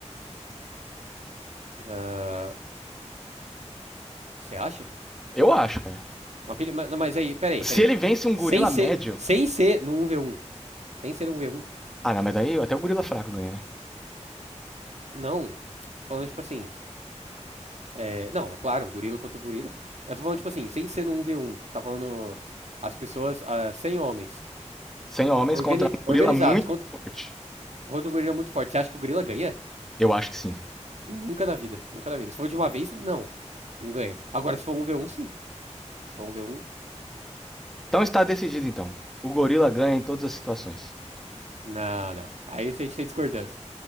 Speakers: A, on the right (about 65°); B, in the centre.
A: ah, Você acha?
B: Eu acho, cara.
A: Uma pilha... Mas, mas aí, peraí,
B: Se
A: peraí.
B: ele vence um
A: Sem
B: gorila
A: ser.
B: médio.
A: Sem ser no um v um Sem ser um v um
B: Ah, não, mas daí até o gorila fraco ganha, né?
A: Não. Tô falando, tipo assim. É... Não, é claro, um gorila contra um gorila, pô. Mas tô falando, tipo assim, sem ser no 1 v um tá falando. As pessoas. ah, 100 homens.
B: 100 homens
A: Organi...
B: contra um
A: Organizados.
B: gorila muito
A: Contra...
B: forte.
A: contra o gorila muito forte. Você acha que o gorila ganha?
B: Eu acho que sim.
A: Nunca na vida, nunca na vida. Se for de uma vez, não. Não ganha. Agora, se for um v um sim. Se for um v um
B: Então está decidido, então. O gorila ganha em todas as situações.
A: não, não. Aí a gente tem discordância.